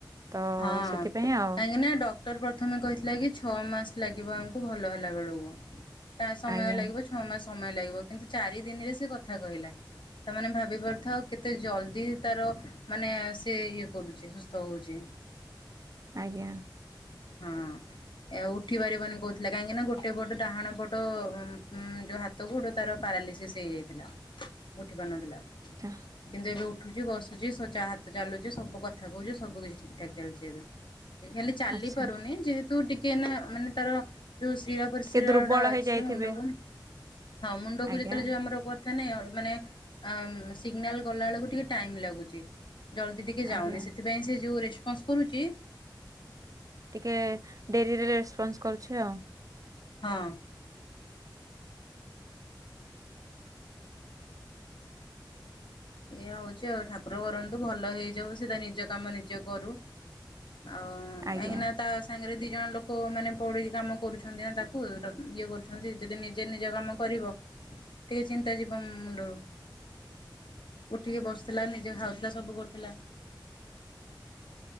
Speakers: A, on the right; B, on the left.
A: ତ
B: ହଁ,
A: ସେଥିପାଇଁ ଆଉ
B: କାହିଁକି ନା ଡକ୍ଟର ପ୍ରଥମେ କହିଥିଲା କି ଛଅ ମାସ ଲାଗିବ ଆ କୁ ଭଲ ହେଲା ବେଳକୁ ତା ସମୟ
A: ଆଜ୍ଞା
B: ଲାଗିବ ଛଅ ମାସ ସମୟ ଲାଗିବ କିନ୍ତୁ ଚାରି ଦିନରେ ସେ କଥା କହିଲା। ତା ମାନେ ଭାବି ପାରୁଥାଉ କେତେ ଜଲଦି ତାର ମାନେ ସେ ଇଏ କରୁଛି ସୁସ୍ଥ ହଉଛି।
A: ଆଜ୍ଞା।
B: ହଁ। ଏ ଆଉ ଉଠି ପାରିବନି କହୁଥିଲା କାହିଁକି ନା ଗୋଟେ ପଟ ଡାହାଣ ପଟ ଉ ଯୋଉ ହାତକୁ ଗୋଡ ତାର ପା ପାରାଲିସିସ ହେଇଯାଇଥିଲା, ଉଠି ପାରୁନଥିଲା
A: ଆଛା
B: କିନ୍ତୁ ଏବେ ଉଠୁଛି, ବସୁଛି, ସ ଚାହା ଚାଲୁଛି, ସବୁ କଥା କହୁଛି, ସବୁ କିଛି ଠିକ ଠାକ୍ ଚାଲିଛି ଏବେ। ଏ ଖାଲି ଚାଲି
A: ଆଚ୍ଛା
B: ପାରୁନି ଯେହେ ତୁ ଟିକେ ନା ମାନେ ତାର ଯୋଉ ସିର ପ୍ରସିରର
A: ଟିକେ ଦୁର୍ବଳ
B: ଟା ଅଛି
A: ହେଇଯାଇଥିବେ।
B: ମୁଣ୍ଡକୁ ହଁ, ମୁଣ୍ଡକୁ
A: ଆଜ୍ଞା
B: ଯେତେବେଳେ ଯୋଉ ଆମର କଥା ନାହିଁ ଅ ମାନେ ଅ ସିଗ୍ନାଲ ଗଲା ବେଳକୁ ଟିକେ ଟାଇମ ଲାଗୁଛି। ଜଲଦି ଟିକେ ଯାଉନି
A: ଆଜ୍ଞା
B: ସେଥିପାଇଁ ସିଏ ଯୋଉ ରେସପନ୍ସ କରୁଛି।
A: ଟିକେ ଡେରିରେ ରେସପନ୍ସ କରୁଛି ଆଉ।
B: ହଁ। ଏଇଆ ହଉଛି ଆଉ ଠାକୁର କରନ୍ତୁ ଭଲ ହେଇଯାଉ ସିଏ ତା ନିଜ କାମ ନିଜେ କରୁ। ଆଉ
A: ଆଜ୍ଞା
B: କାହିଁକିନା ତା ସାଙ୍ଗରେ ଦି ଜଣ ଲୋକ ମାନେ ପଡିକି କାମ କରୁଛନ୍ତି ନା ତାକୁ ଇଏ କରୁଛନ୍ତି ଯଦି ନିଜେ ନିଜ କାମ କରିବ ଟିକେ ଚି ନ୍ତା ଯିବ ମୁଣ୍ଡରୁ।
A: ହ
B: ଉଠିକି ବସୁଥିଲା ନିଜେ ଖାଉଥିଲା ସବୁ କରୁଥିଲା।